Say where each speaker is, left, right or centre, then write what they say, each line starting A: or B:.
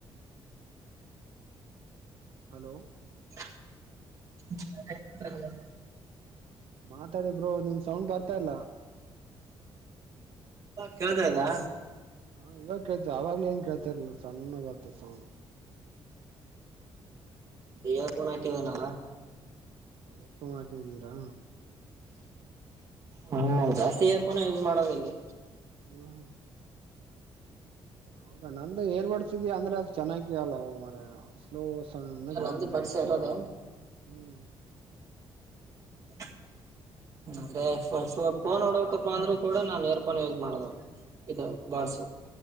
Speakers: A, on the right (about 70°); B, on the right (about 35°).
A: ಹಲೋ,
B: <inaudible>
A: ಮಾತಾಡಿ ಬ್ರೋ ನಿಮ್ ಸೌಂಡ್ ಬರ್ತಾ ಇಲ್ಲಾ.
B: ಕೇಳತಾ ಇಲ್ಲಾ
A: ಹ ಇವಾಗ ಕೇಳ್ತಾಅವಾಗೇನಏನ್ ಕೇಳ್ತಾ ಇಲ್ಲ ಸಣ್ಣ ಬರ್ತಾ ಸೌಂಡ.
B: ಎರ್ ಪೋನ್ ಹಾಕಂದಿನಲ್ಲಾ
A: ಏರ್ ಪೋನ್ ಹಾಕಿದ್ದೀರಾ
B: ಹ, ಜಾಸ್ತಿ ಇಯರಫೋನ್ ಯೂಸ್ ಮಾಡೋದ ಇಲ್ಲಿ.
A: ಹಾ ಹಾ <inaudible> ಹೌದಾ, ನಂದು ಏರ್ ಬಡ್ಸ ಇದೆಅಂದ್ರೆ ಅದು ಚೆನ್ನಾಗಕೇಳಲ್ಲೋ ಮಾರಾಯ ಸ್ಲೋ- ಸಣ್ಣ ಕೇಳ್ತಾದ
B: ನಂದು ಬಡ್ಸ ಇರೋದು
A: ಹ್ಮ್,
B: <inaudible> ಅ ಫೋನ್ ನೋಡಬೇಕಅಂದ್ರು ಕೂಡ ನಾನ್ ಏರ್ಫೋನ್ ಯೂಸ್ ಮಾಡದು. ಇದು ಬಡ್ಸ